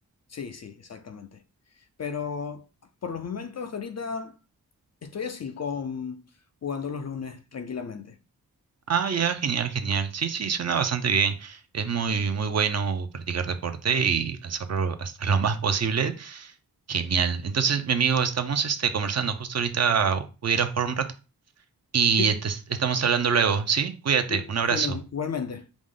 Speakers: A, on the left; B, on the right.
A: Sí, sí, exactamente. Pero por los momentos, ahorita Estoy así con jugando los lunes tranquilamente.
B: Ah, ya, genial, genial. Sí, sí, suena bastante bien. Es muy, muy bueno practicar deporte y hacerlo hasta lo más posible. Genial. Entonces, mi amigo, estamos este, conversando. Justo ahorita voy a ir a jugar un rato y
A: Sí,
B: te- estamos hablando luego, ¿sí? Cuídate,
A: sí.
B: un abrazo.
A: Fino, igualmente.